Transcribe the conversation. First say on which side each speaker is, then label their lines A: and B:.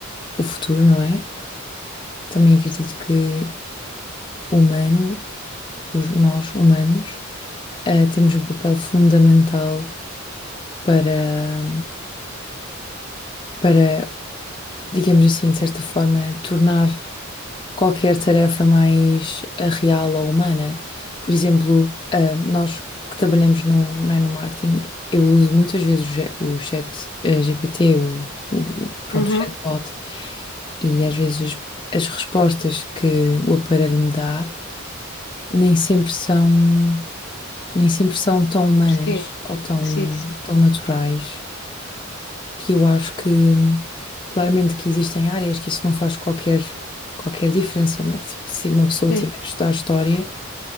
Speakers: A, on the left; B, on the left.
A: o futuro, não é? Também acredito que o humano, os, nós humanos, ah, temos um papel fundamental para, para, digamos assim, de certa forma, tornar qualquer tarefa mais ah, real ou humana. Por exemplo, ah, nós que trabalhamos no, não é, no marketing, eu uso muitas vezes o, G- o chat ah, GPT, o, o- o- pronto,
B: Uhum,
A: o chatbot, e às vezes as respostas que o aparelho me dá nem sempre são, nem sempre são tão humanas
B: sim,
A: ou tão,
B: sim, sim.
A: tão naturais que eu acho que claramente que existem áreas que isso não faz qualquer, qualquer diferença, não é? Se se uma pessoa
B: Sim,
A: tiver a estudar história,